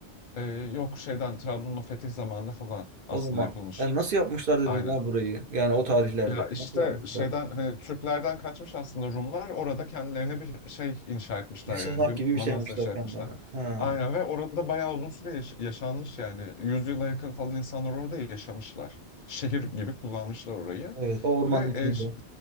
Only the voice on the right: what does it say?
O zaman.
Yani nasıl yapmışlar dedim
ya burayı. Yani o tarihlerde.
Nasıl yapmışlar?
Bir sığınak
gibi
bir şey yapmışlar
kendilerine. Ha,
evet. O ormanın
içinde.